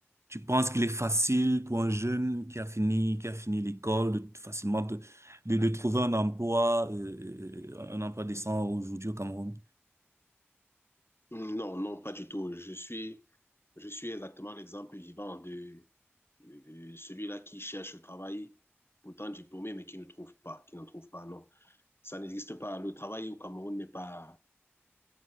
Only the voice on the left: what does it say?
Non, non, pas du tout. Je suis, je suis exactement l'exemple vivant de, de celui-là qui cherche le travail, pourtant diplômé, mais qui ne trouve pas, qui n'en trouve pas, non. Ça n'existe pas. Le travail au Cameroun n'est pas,